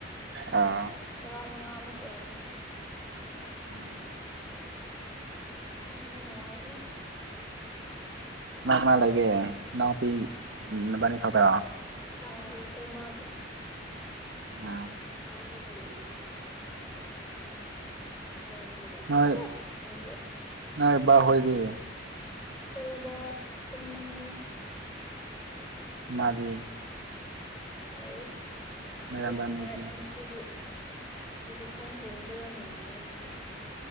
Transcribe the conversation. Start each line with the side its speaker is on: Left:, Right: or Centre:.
Right: ꯑꯥ
Left: ꯔ ꯃ ꯉ ꯑꯃꯨꯛ ꯑꯣꯏꯔꯝꯅꯤ
Right: ꯎꯝ
Left: ꯎ ꯍꯦ ꯅꯨꯡꯉꯥꯏꯍꯦ
Right: ꯀꯅꯥ ꯂꯩꯒꯦ ꯎ ꯄ ꯎꯝꯕꯅꯤ ꯈꯇꯔ
Left: ꯑ ꯑꯩꯈꯣꯏ ꯃꯥ
Right: ꯎꯝ
Left: ꯅ ꯦꯁꯤ ꯂꯧꯔꯨꯒꯔ
Right: ꯅꯣꯏ
Left: ꯇꯕꯕ
Right: ꯅꯣꯏ ꯕꯥ ꯍꯣꯏꯗꯤ
Left: ꯀꯣꯏꯕ ꯇꯨꯝꯃꯝꯂꯅꯤ
Right: ꯃꯥꯗꯤ
Left: ꯍ
Right: ꯅꯌꯥꯝꯕꯅꯤꯗꯤ
Left: ꯁꯤ ꯌꯥꯝ ꯅꯨꯡꯉꯥꯏ ꯁꯤꯗꯤ ꯑꯩꯒꯤ ꯁꯝ ꯆꯦꯟꯕꯗꯣ ꯌꯥꯝ ꯅꯨꯡꯉꯥꯏꯌꯦ ꯍꯧꯁꯦ